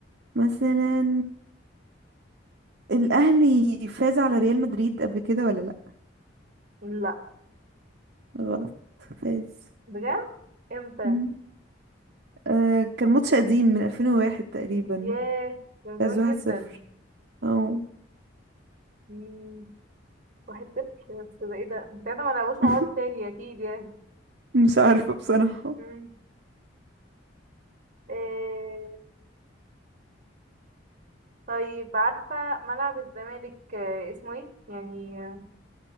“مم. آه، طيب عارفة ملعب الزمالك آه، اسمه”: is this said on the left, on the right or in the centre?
Right